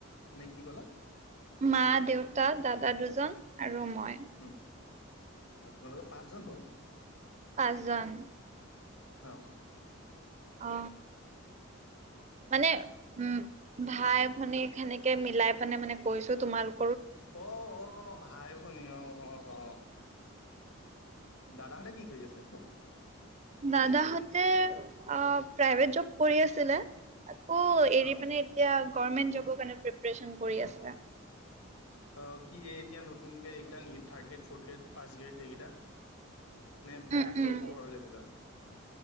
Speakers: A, on the left (about 85°); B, on the right (about 30°).
A: নে কি কলা?
B: মা, দেউতা, দাদা দুজন আৰু মই।
A: উম, আৰু তোমালোকৰ পাঁচজন হল।
B: পাঁচজন।
A: অঁ।
B: অ, মানে উম ভাই-ভনী সেনেকে মিলাই পনে মানে কৈছো তোমালোক।
A: অ' অ' ভাই-ভনী অ' অ'। অঁ' দাদাহঁতে কি কৰি আছে?
B: দাদাহঁতে প্ৰাইভেট জব কৰি আছিলে! আকৌ এৰি
A: অ
B: পেনে এতিয়া, গৰ্মেন্ট জবৰ কাৰানে প্ৰিপৰেচন কৰি আছে।
A: অ' কি এতিয়া নতুনক কে এইকেইটা নেকি third grade, fourth grade, first grade এইকেইটা নে
B: উম
A: তাতকে
B: উম
A: ওপৰৰ লেবেলৰ?